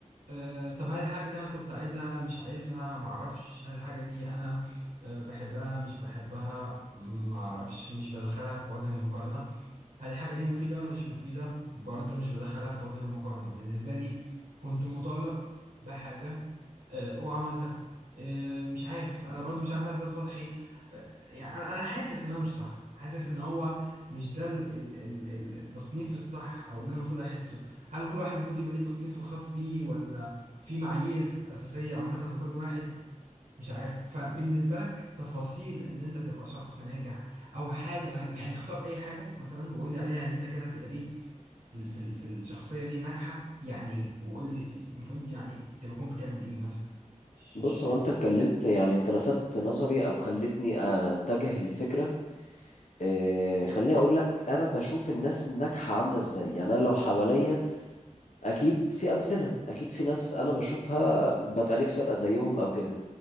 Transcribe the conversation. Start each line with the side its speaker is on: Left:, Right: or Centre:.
Right: أه طب هل الحاجة دي أنا كنت عايزها مش عايزها معرفش هل الحاجة دي أنا أه بحبها مش بحبها معرفش مش بدخلها في وجه المقارنة هل الحاجة دي مفيدة ولا مش مفيدة برضو مش بدخلها في وجه المقارنة بالنسبة لي كنت مطالب بحاجة أه وعملتها أه مش عارف أنا برضو مش عارف هل ده سطحي أه يعني أنا أنا حاسس إن أنا مش صح حاسس إن هو مش ده ال ال ال التصنيف الصح أو اللي أنا المفروض أحسه هل كل واحد المفروض يبقى ليه تصنيفه الخاص بيه ولا في معايير أساسية عامة لكل واحد مش عارف فبالنسبة لك تفاصيل إن أنت تبقى شخص ناجح أو حاجة يعني اختار أي حاجة مثلا وقول لي عليها إن أنت كده تبقى دي في ال- في ال- في الشخصية دي ناجحة يعني إيه وقول لي المفروض يعني تكون بتعمل إيه مثلا مش
Left: بص
Right: مش
Left: هو
Right: فاهم
Left: انت اتكلمت يعني انت لفتت نظري او خلتني اتجه لفكرة إيه خليني اقول لك انا بشوف الناس الناجحة عاملة ازاي يعني انا لو حواليا اكيد في امثلة اكيد في ناس انا بشوفها ببقى نفسي ابقى زيهم او كده